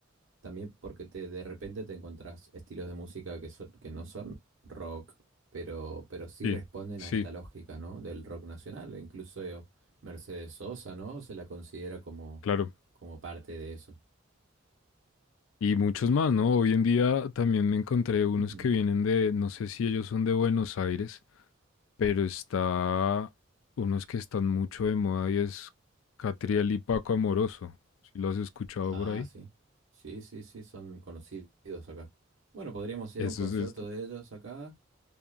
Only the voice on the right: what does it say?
También porque te, de repente te encontrás estilos de música que, son- que no son rock, pero, pero sí
responden
a esta lógica, ¿no? Del rock nacional. E Incluso eh, Mercedes Sosa, ¿no? Se la considera como,
como parte de eso.
Ujú.
Ah,
sí. Sí, sí, sí, son conocidos acá. Bueno, podríamos ir
a un concierto
de
ellos acá.